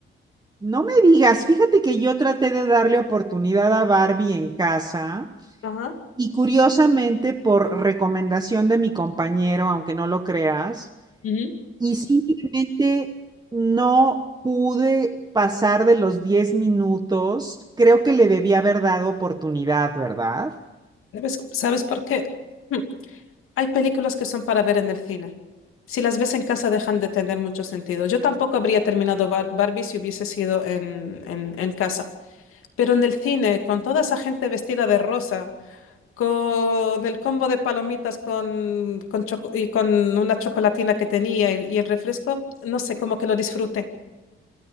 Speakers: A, on the right (about 20°); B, on the left (about 85°).
A: no me digas. Fíjate que yo traté de darle oportunidad a Barbie en casa
B: Ajá.
A: y curiosamente por recomendación de mi compañero, aunque no lo creas,
B: Ujú.
A: y simplemente no pude pasar de los 10 minutos. Creo que le debía haber dado oportunidad, ¿verdad?
B: ¿Sabes, sabes por qué? Hmm, Hay películas que son para ver en el cine. Si las ves en casa dejan de tener mucho sentido. Yo tampoco habría terminado Bar- Barbie si hubiese sido en, en, en casa. Pero en el cine, con toda esa gente vestida de rosa, con el combo de palomitas con, con choco- y con una chocolatina que tenía y, y el refresco, no sé, como que lo disfruté.